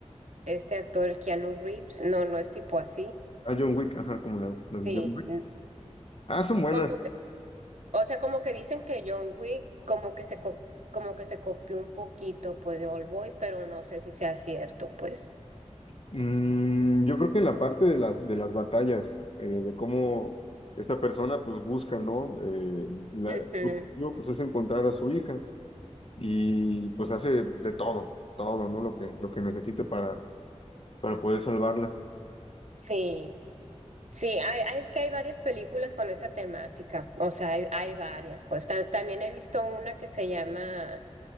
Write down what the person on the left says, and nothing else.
<laughs> A John Wick, ajá, como la, la de
John Wick.
Ah, son buenas.
Mm, yo creo que en la parte de las, de las batallas, eh, de cómo esta persona pues busca, ¿no? Eh, la-
su objetivo, pues es encontrar a su hija y pues hace de todo, todo, ¿no? Lo que, lo que necesite para, para poder salvarla.